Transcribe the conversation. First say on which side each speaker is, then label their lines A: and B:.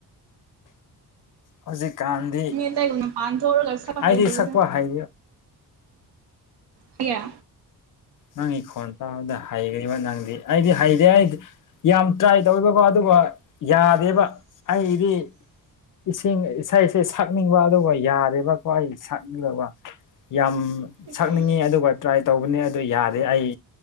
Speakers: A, on the left; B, on the right.
A: ꯍꯧꯖꯤꯛꯀꯥꯟꯗꯤ
B: ꯃ ꯇꯥꯏ ꯄꯥꯟ ꯊꯧꯔꯒꯁꯄ
A: ꯑꯩꯗꯤ
B: ꯍꯥꯏꯗꯗ
A: ꯁꯛꯄ ꯍꯩ
B: ꯀꯌꯥ
A: ꯅꯪꯒꯤ ꯈꯣꯟ ꯇꯥꯕꯗ ꯍꯩꯈ꯭ꯔꯤꯕ ꯅꯪꯗꯤ ꯑꯩꯗꯤ ꯍꯩꯔꯦ ꯑꯩꯗꯤ ꯌꯥꯝ ꯇ꯭ꯔꯥꯏ ꯇꯧꯔꯤꯕꯀꯣ ꯑꯗꯨꯒ ꯌꯥꯗꯦꯕ ꯑꯩꯗꯤ ꯏꯁꯤꯡ ꯏꯁꯩ ꯏꯁꯩ ꯁꯛꯅꯤꯡꯕ ꯑꯗꯨꯒ ꯌꯥꯔꯦꯔꯤꯕꯀꯣ ꯑꯩ ꯁꯛꯅꯤꯡꯗꯕ ꯌꯥꯝ
B: ꯏꯁꯩ
A: ꯁꯛꯅꯤꯡꯉꯤ ꯑꯗꯨꯒ ꯇ꯭ꯔꯥꯏ ꯇꯧꯕꯅꯦ ꯑꯗꯨ ꯌꯥꯗꯦ ꯑꯩ